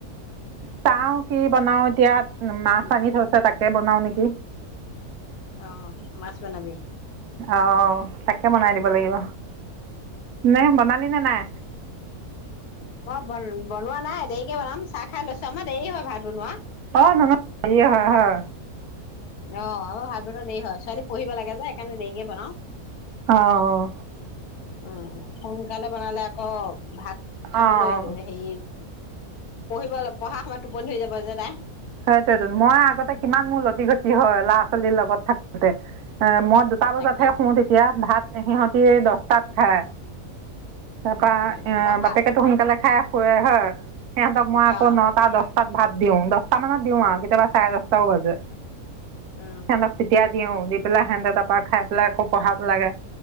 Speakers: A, on the right; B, on the left.
A: চাওঁ কি বনাও এতিয়া মাছ আনি থৈছে তাকে বনাও নেকি?
B: অ মাছ বনাবি?
A: আহ তাকে বনাই দিব লাগিব। নে বনালি নে নাই?
B: মই বন বনোৱা নাই দেৰিকে বনাম চাহ খাই লৈছো আমাৰ দেৰি হয় ভাত বনোৱা।
A: অ নহয় তো হা হা
B: অ আমাৰ ভাত বনোৱা দেৰি হয়। ছোৱালী পঢ়িব লাগে যে সেইকাৰণে দেৰিকে বনাওঁ।
A: অঁ
B: উম সোনকালে বনালে আকৌ ভাত খাবলৈ
A: অঁ
B: হেৰি উম পঢিবলা পঢ়া সময়ত টোপনি ধৰি যাব যে পায়
A: সেইটোৱেইটো মই আগতে কিমান মোৰ ল লতি ঘতি হয় ল'ৰা ছোৱালীৰ লগত থাকোতে এ মই দুটা বজাতহে
B: তাকে
A: শুওঁ তেতিয়া ভাত সিহঁতি এই দহটাত হা তাৰপা
B: অ
A: এ
B: মই ভাল
A: বাপেকেতো সোনকালে খাই হয় হয় সিহঁতক মই আকৌ
B: অ
A: নটা দহ তাত ভাত দিওঁ দহটা মানত দিওঁ আৰু কেতিয়াবা চাৰে দচটাও বাজে
B: অ
A: সিহঁতক তেতিয়া দিওঁ দি পেলাই সিহঁতে তাৰপা খাই পেলাই আকৌ পঢ়াব লাগে